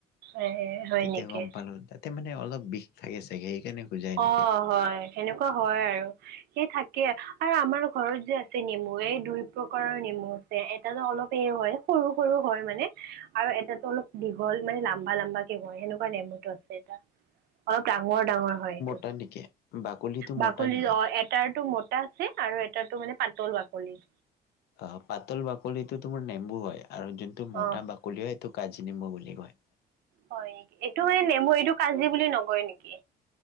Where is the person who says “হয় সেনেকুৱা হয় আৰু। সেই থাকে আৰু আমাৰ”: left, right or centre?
Right